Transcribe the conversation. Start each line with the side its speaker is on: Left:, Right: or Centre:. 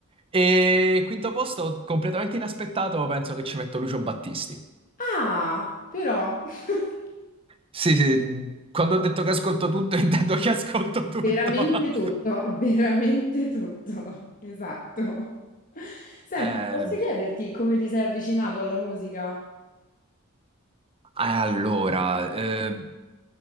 Right: E quinto posto, completamente inaspettato, penso che ci metto Lucio Battisti.
Left: Ah, però, <laughs>
Right: Sì, sì, quando ho detto che ascolto tutto, <laughs> intendo che ascolto tutto.
Left: veramente tutto,
Right: <laughs>
Left: veramente tutto. Esatto. Senti,
Right: Eh,
Left: posso chiederti come ti sei avvicinato alla musica?
Right: allora, eh,